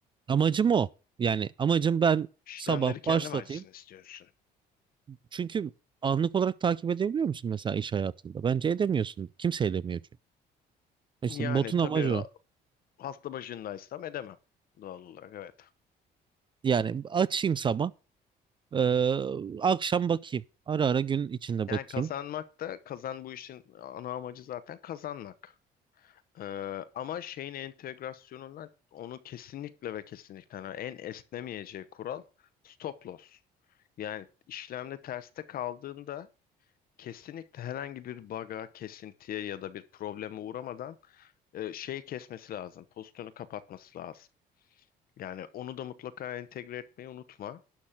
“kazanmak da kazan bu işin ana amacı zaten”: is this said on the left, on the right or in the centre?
Left